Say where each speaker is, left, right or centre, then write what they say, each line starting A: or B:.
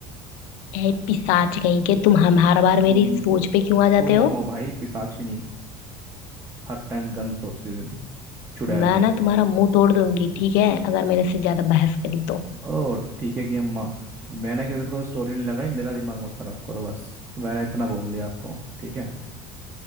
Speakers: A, on the left; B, on the right.
A: ए पिशाच कहीं के तुम हम हर बार
B: तुम
A: मेरी सोच पे क्यों आ
B: तुम
A: जाते हो
B: हो भाई पिशाचिनी हर टाइम गंद सोचती थी तुम चुड़ैल
A: मैं
B: कहीं
A: ना
B: के
A: तुम्हारा मुंह तोड़ दूंगी ठीक है अगर मेरे से ज्यादा बहस करी तो
B: ओ ठीक है कि अम्मा मैंने किसी को स्टोरी नहीं लगाई मेरा दिमाग मत खराब करो बस मैंने इतना बोल दिया आपको ठीक है